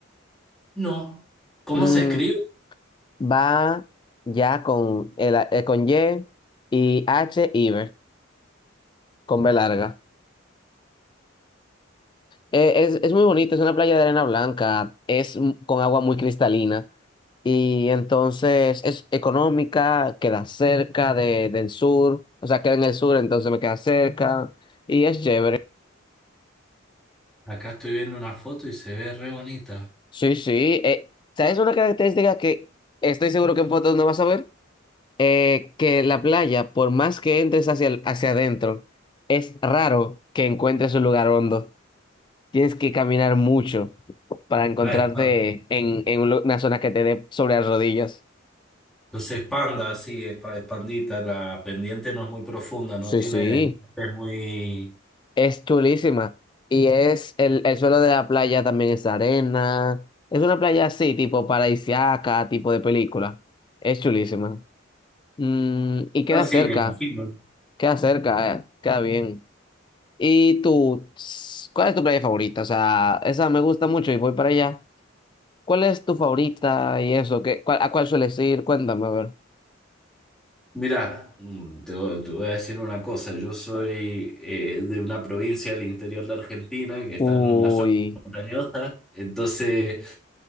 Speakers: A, in the centre; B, on the left.
A: No. ¿Cómo
B: Mm,
A: se escribe?
B: va ya con, el, eh, con Y y H Ibe, con B larga. Eh, es, es muy bonito, es una playa de arena blanca, es m- con agua muy cristalina. Y entonces es económica, queda cerca de, del sur, o sea, queda en el sur, entonces me queda cerca. Y es chévere.
A: Acá estoy viendo una foto y se ve re bonita.
B: Sí, sí. Eh, ¿sabes una característica que estoy seguro que en fotos no vas a ver? Eh, que la playa, por más que entres hacia, el- hacia adentro, es raro que encuentres un lugar hondo. Tienes que caminar mucho para encontrarte
A: Ah, es pa-
B: en, en un lu- una zona que te dé sobre las rodillas.
A: Entonces es panda, sí, es pa- es pandita. La pendiente no es muy profunda, no
B: Sí,
A: tiene,
B: sí.
A: es muy...
B: Es chulísima. Y es el, el suelo de la playa también es arena. Es una playa así, tipo paradisíaca, tipo de película. Es chulísima. Mm, y queda
A: Ah, sí,
B: cerca.
A: me imagino.
B: Queda cerca, eh, queda bien. ¿Y tú, ts- cuál es tu playa favorita? O sea, esa me gusta mucho y voy para allá. ¿Cuál es tu favorita y eso? ¿Qué, cuál- a cuál sueles ir? Cuéntame, a ver.
A: Mira, mm, te, vo- te voy a decir una cosa. Yo soy eh, de una provincia del interior de Argentina que está
B: Uy,
A: en una zona montañosa, entonces